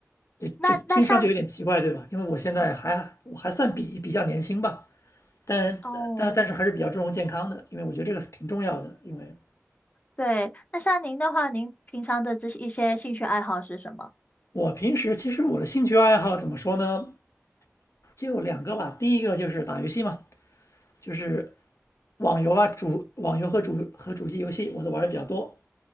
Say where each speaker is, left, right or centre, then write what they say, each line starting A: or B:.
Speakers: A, on the left (about 75°); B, on the left (about 30°).
A: 这这听上去有点奇怪，
B: 那那像
A: 对吧？因为我现在还我还算比比较年轻吧，但但但是还是比较注重健康的，
B: 哦，
A: 因为我觉得这个挺重要的。因为
B: 对，那像您的话，您平常的这些一些兴趣爱好是什么？
A: 我平时其实我的兴趣爱好怎么说呢？就两个吧。第一个就是打游戏嘛，就是网游啊，主网游和主和主机游戏我都玩的比较多。